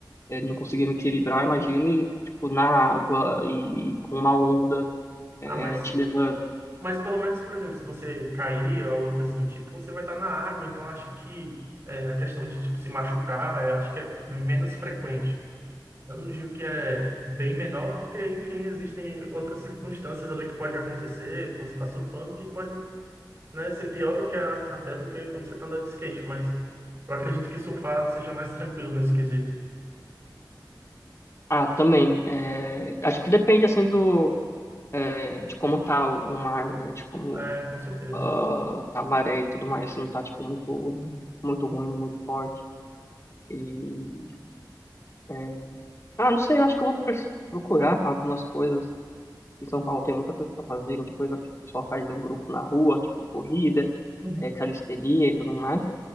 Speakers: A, on the left; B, on the right.
A: é, não conseguia me equilibrar, imagine, tipo, na água e com uma onda é,
B: Ah, mas,
A: te levando.
B: mas pelo menos, por exemplo, se você cair ou alguma coisa do tipo, você vai estar na água, então acho que é, a questão de tipo, se machucar, eu acho que é menos frequente. Eu não digo que é bem menor, porque, enfim, existem outras circunstâncias ali que pode acontecer quando você está surfando, que pode, né, ser pior do que a- até do que quando você está andando de skate, mas eu acredito que surfar seja mais tranquilo nesse quesito.
A: Ah, também, é, acho que depende, assim, do, é, de como tá o o mar, né, de como
B: É, com certeza.
A: ah, tá a maré e tudo mais, se não tá, tipo, muito, muito ruim, muito forte. E, é, ah, não sei, eu acho que eu vou pres- procurar algumas coisas. Em São Paulo tem muita coisa para fazer, muita coisa que o pessoal faz em grupo na rua, tipo corrida,
B: Uhum.
A: é, calistenia e tudo mais.